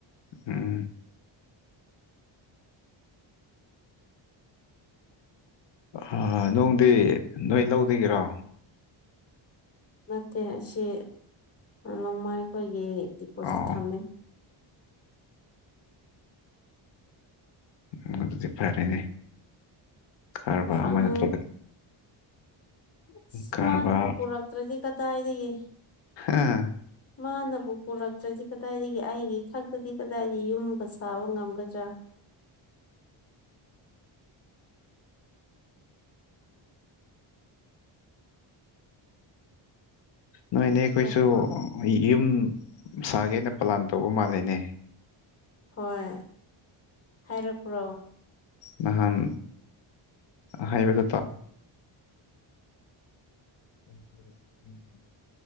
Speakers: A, on the left (about 60°); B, on the left (about 30°).
A: ꯎꯝ ꯑꯥ ꯅꯣꯡꯗꯤ ꯅꯣꯏ ꯂꯧꯗꯒꯤꯔꯣ
B: ꯅꯠꯇꯦ ꯑꯁꯤ ꯅꯣꯡꯃꯩ ꯑꯩꯈꯣꯏꯒꯤ ꯗꯤꯄꯣꯖꯤꯠ
A: ꯑꯣ
B: ꯊꯝꯃꯦ
A: ꯎꯝ ꯑꯗꯨꯗꯤ ꯐꯔꯦꯅꯦ ꯀꯔꯕꯥꯔ
B: ꯐꯪ
A: ꯑꯃ ꯅꯠꯇ꯭ꯔꯒ
B: ꯑꯁ
A: ꯀꯔꯕꯥꯔ
B: ꯃꯥꯅꯕꯨ ꯄꯨꯔꯛꯇ꯭ꯔꯗꯤ ꯀꯗꯥꯏꯗꯒꯤ
A: ꯍꯥ
B: ꯃꯥꯅꯕꯨ ꯄꯨꯔꯛꯇ꯭ꯔꯗꯤ ꯀꯗꯥꯏꯗꯒꯤ ꯑꯩꯒꯤ ꯈꯛꯇꯗꯤ ꯀꯗꯥꯏꯗꯒꯤ ꯌꯨꯝꯒ ꯁꯥꯕ ꯉꯝꯒꯗ꯭ꯔꯥ
A: ꯅꯣꯏꯅꯦ ꯑꯩꯈꯣꯏꯁꯨ
B: ꯑꯩꯈꯣꯏ
A: ꯑꯩ ꯌꯨꯝ ꯁꯥꯒꯦꯅ ꯄ꯭ꯂꯥꯟ ꯇꯧꯕ ꯃꯥꯜꯂꯦꯅꯦ
B: ꯍꯣꯏ ꯍꯥꯏꯔꯛꯄ꯭ꯔꯣ
A: ꯅꯍꯥꯟ ꯍꯥꯏꯕꯗꯨ ꯇꯥ <unintelligible>